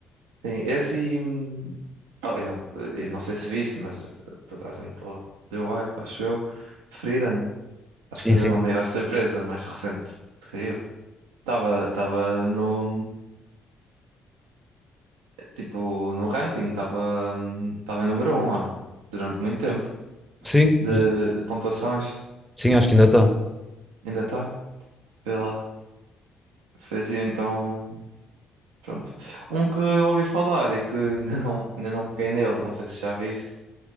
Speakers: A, on the right (about 70°); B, in the centre.
A: Sim, esse e. hum, Oh, eu não, eu não sei se viste, mas toda a gente lo- deu hype, acho eu. Frieren. Acho
B: Sim,
A: que foi
B: sim.
A: mesmo a maior surpresa mais recente que saiu. Estava estava no tipo no ranking, estava estava em número um, ou não? Durante muito tempo
B: Sim,
A: de,
B: e-
A: de pontuações.
B: sim, acho que ainda está.
A: Ainda está, vê lá. Fez então, pronto. Um que ouvi falar e que <laughs> ainda não ainda não peguei nele, não sei se já viste.